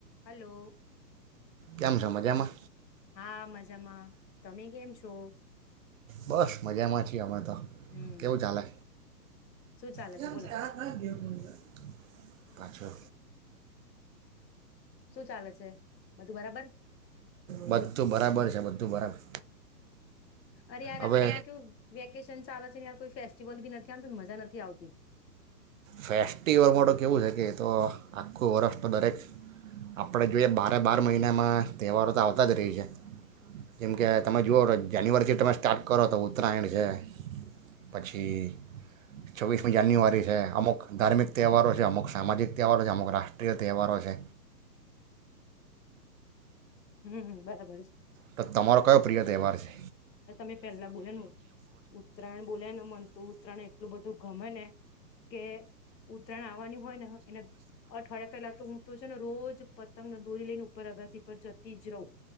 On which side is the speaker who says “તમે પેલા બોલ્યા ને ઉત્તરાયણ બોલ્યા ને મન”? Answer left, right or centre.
Left